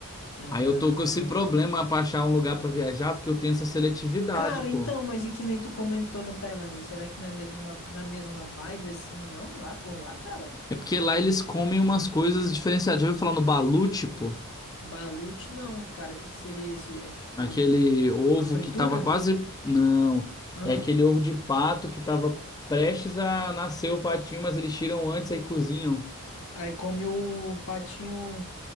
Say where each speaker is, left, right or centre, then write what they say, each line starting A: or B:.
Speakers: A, on the left; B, on the left.
A: Ah,
B: Aí eu tô com esse problema pra achar um lugar pra viajar, porque eu tenho essa seletividade,
A: cara,
B: pô.
A: então, mas e que nem tu comentou na Tailândia, será que não é mesmo na, na mesma vibe assim, não? Lá por lá, cara?
B: É porque lá eles comem umas coisas diferenciadas. Já ouviu falar no balut, pô?
A: Balut não, cara. O que que seria esse? É tipo
B: Aquele
A: um,
B: ovo
A: uma fritura?
B: que tava quase. Não.
A: Ah,
B: É aquele ovo de pato que tava prestes a nascer o patinho, mas eles tiram antes aí cozinham
A: aí come o patinho,